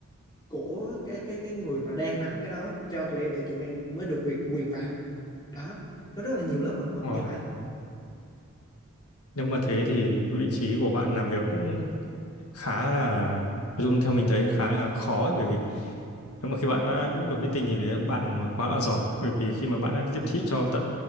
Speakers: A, on the left; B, on the left.
A: của cái cái cái người mà đang nắm cái đó cho tụi em thì tụi em mới được quyền quyền vào đó nó rất là nhiều lớp bảo mật
B: Wow.
A: như vậy
B: Nếu mà thế thì vị trí của bạn làm việc cũng khá là Dung theo mình thấy khá là khó ấy, bởi vì nếu mà khi bạn đã bước vào meeting thì đấy, bạn là một người quá là giỏi bởi vì khi mà bạn đã tiếp thị cho tận